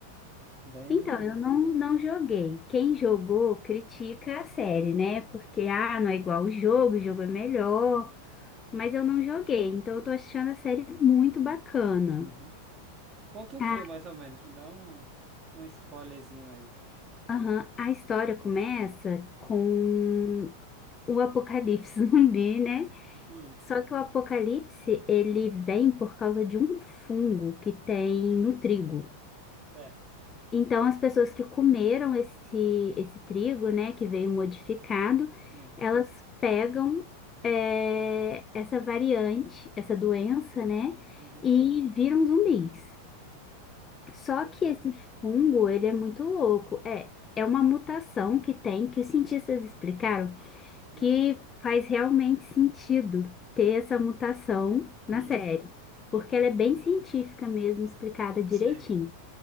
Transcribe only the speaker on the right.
bem.
Uhum. Conta o
que, mais ou menos? Me dá um, um spoilerzinho aí.
Hum,
certo.
Sim.
Uhum.
Que loucura.
Hum,
hum,
sei.